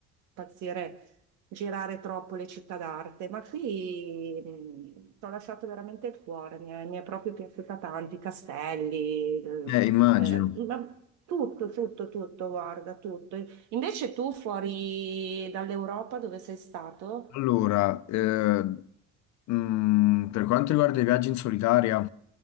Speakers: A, on the right; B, on the left.
A: impazzire girare troppo le città d'arte, ma qui mh, ci ho lasciato veramente il cuore, mi è, mi è proprio piaciuta tanto, i castelli, il-
B: eh, immagino.
A: eh, ma tutto, tutto, tutto, guarda, tutto. Invece tu fuori dall'Europa dove sei stato?
B: Allora, eh, mm, per quanto riguarda i viaggi in solitaria,